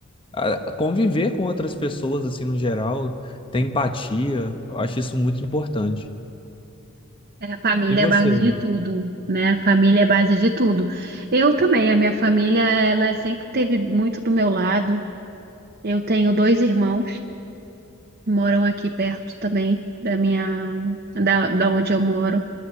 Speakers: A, on the left; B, on the right.
A: ah, conviver com outras pessoas assim no geral, ter empatia. Eu acho isso muito importante.
B: É, a família
A: E você?
B: é a base de tudo, né? A Família é a base de tudo. Eu também, a minha família, ela sempre teve muito do meu lado. Eu tenho dois irmãos que moram aqui perto também da minha, da, da onde eu moro.